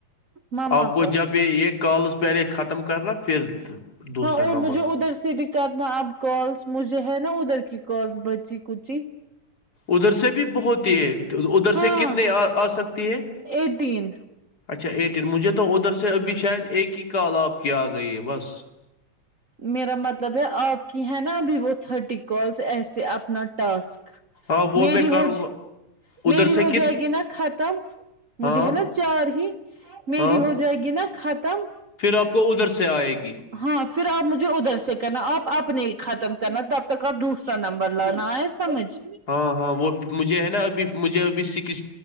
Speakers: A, on the right (about 70°); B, on the left (about 35°).
A: ماما
B: آپ کو
A: کا-
B: جب یہ کالز پہلے ختم کرنا پھر- دوسرا
A: ہاں اور
B: نمبر
A: مجھے ادھر سے بھی کہ اپنا اب کالس مجھے ہے نا ادھر کی کالس بچی کچی-
B: ادھر سے بھی بہت ہی ہے ادھر
A: ہاں
B: سے کتنے آ سکتی ہے-
A: ایٹین
B: اچھا ایٹین مجھے تو ادھر سے ابھی شاید ایک ہی کال آپ کی آ گئی ہے بس-
A: میرا مطلب ہے آپ کی ہے نا ابھی وہ تھرٹی کالس ایسے اپنا ٹاسک-
B: ہاں وہ
A: میری
B: میں
A: ہو
B: کروں گا- ادھر
A: میری
B: سے
A: ہو
B: کت
A: جائے گی نا ختم
B: ہاں
A: مجھے ہے نا چار ہی میری
B: ہاں
A: ہو جائے جگناہ ختم-
B: پھر آپ کو ادھر سے آئے گی-
A: ہاں پھر آپ مجھے ادھر سے کرنا آپ اپنے ختم کرنا تب تک آپ دوسرا نمبر لانا ہے- سرج
B: ہاں- ہاں وہ- مجھے ہے نا ابھی مجھے ابھی سکس